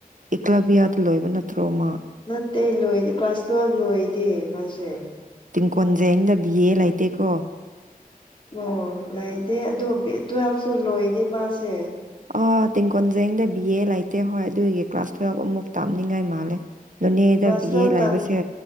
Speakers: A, on the right; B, on the left.
A: ꯑꯦꯀ꯭ꯂꯥꯕꯤꯌꯥꯗ ꯂꯣꯏꯕ ꯅꯠꯇ꯭ꯔꯣ ꯃꯥ
B: ꯅꯠꯇꯦ ꯂꯣꯏꯔꯦ ꯀ꯭ꯂꯥꯁ ꯇꯨꯌꯦꯜ ꯂꯣꯏꯗꯦ ꯃꯥꯁꯦ
A: ꯇꯤꯡꯀꯣꯟꯖꯦꯡꯗ ꯕꯤ ꯑꯦ ꯂꯩꯇꯦꯀꯣ
B: ꯑꯣ ꯂꯩꯇꯦ ꯑꯗꯣ ꯇꯨꯋꯦꯜꯁꯨ ꯂꯣꯏꯗꯦ ꯃꯥꯁꯦ
A: ꯑꫭ ꯇꯦꯡꯀꯣꯟꯖꯦꯡꯗ ꯕꯤ ꯑꯦ ꯂꯩꯇꯦ ꯍꯣꯏ ꯑꯗꯨꯒꯤ ꯀ꯭ꯂꯥꯁ ꯇꯨꯋꯦꯜꯕ ꯑꯃꯨꯛ ꯇꯥꯝꯅꯤꯡꯉꯥꯏ ꯃꯥꯜꯂꯦ ꯅꯣꯅꯦꯗ
B: ꯀ꯭ꯂꯥꯁ
A: ꯕꯤ ꯑꯦ
B: ꯇꯨꯌꯦꯜꯞ ꯇꯝ
A: ꯂꯩꯕꯁꯦ